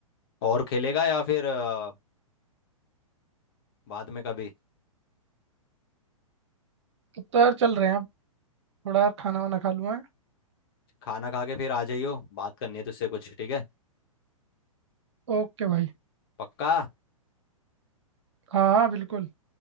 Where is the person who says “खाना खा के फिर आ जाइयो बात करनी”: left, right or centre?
Left